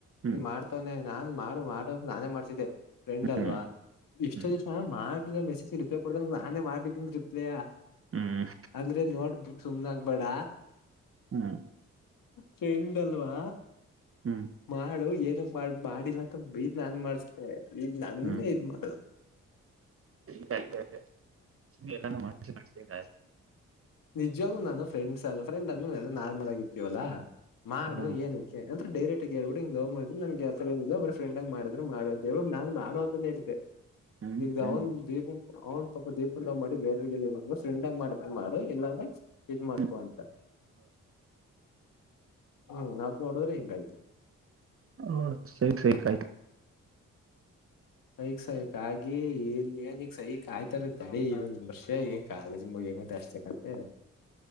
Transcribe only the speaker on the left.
ನೀ ಮಾಡ್ತವನನೆ ನಾನ್ ಮಾಡು ಮಾಡು ಅ ನಾನೇ ಮಾಡ್ತಿದ್ದೆ ಫ್ರೆಂಡ್ ಅಲ್ವಾ
ಇಷ್ಟ್
ದಿವಸ ಮಾಡಿದ್ರ ಮೆಸೇಜ್ ರಿಪ್ಲ ಕೊಡದಾಗ ನಾನೇ ಮಾಡಿದ್ದೀನ್ ರಿಪ್ಲೇಯ
ಅಂದ್ರೆ ನೋಡ್ಬು ಸುಮ್ನಾಗಬೇಡ
ಫ್ರೆಂಡ್ ಅಲ್ವಾ
ಮಾಡು ಎ ಬಾ ಬಾಡಿಲ್ಲ ಅಂತ ಬಗ ನಾನನ್ ಮಾಡಿಸೇನೆ ಈಗ ನನ್ನೇ
ಇದ್ ಮಾಡದು
ನಿಜವ್ ನಾನು ಫ್ರೆಂಡ್ಸ್ ಅಲ್ವಾ ಫ್ರೆಂಡ್ ಅನ್ನು ನಾರ್ಮಲ್ ಆಗಿರ್ತೀವಲ್ಲಾ ಮಾಡು
ಏನಕ್ಕೆ ಡೈರೆಕ್ಟ್ ಆ ಹೇಳ್ಬಿಂಗ ಲವ್ ಮಾಡ್ರ ನಮಗೆ ಹತ್ರವ ಬ ಫ್ರೆಂಡ್ ಆಗ ಮಾಡಿದ್ ಮಾಡ ಅ ಹೇಬಿ ನಾನ್ ಮಾಡುವ ಅಂತಾನೇ ಹೇಳಿದ್ದೆ
ಎ ಧಾವನ್
ದಪ ಅವ್ನ್ ಸ್ವಲ್ಪ ದೀಪ್ ಮಾಡಿ ಬೇರೆವರಿಗೆ ಫ್ರೆಂಡಾಗ ಮಾಡತ್ರ ಮಾಡು ಎಲ್ಲಾದ್ರೆ ಇದ್ ಮಾಡ್ಕೊಂತ
ಹ್ಮ್ ನಾವ್ ನೋಡೋರೆ ಹೆಂಗಾಯ್ತು
ಸೈಕ್ ಸೈಕ್ ಹಾಗಗಿ ಇಲ್ಲಿ ಏನ ಈಗ್ ಸೈಕ್ ಆಯ್ತಾರ ತಡೆ ಇದೊಂದ್ ವರ್ಷ ಏನ್ ಕಾಲೇಜ್ ಮುಗ ಗ ಆ ಕಂತ